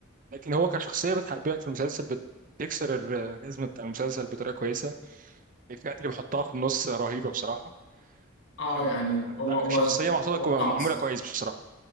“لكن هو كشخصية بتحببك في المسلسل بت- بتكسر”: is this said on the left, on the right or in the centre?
Right